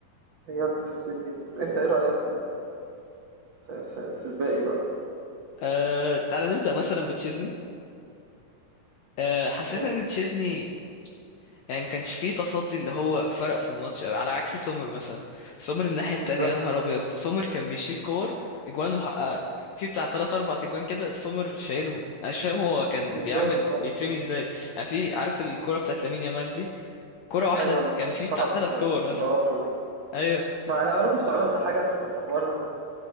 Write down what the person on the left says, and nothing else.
آه تعالى نبدأ مثلا بتشيزني آه حسيت
ان تشيزني يعني ما كانش فيه تصدي اللي هو فرق في الماتش قوي على عكس سومر مثلا سومر الناحية
التانية يا نهار ابيض سومر كان بيشيل كور اجوان محققة في بتاع تلات اربع اجوان كده سومر شايلهم انا مش فاهم هو كان
بيعمل
بيترمي ازاي يعني في عارف الكرة بتاعت لامين يامال دي كرة واحدة
كان
في بتاع
تلات كور مثلا
ايوه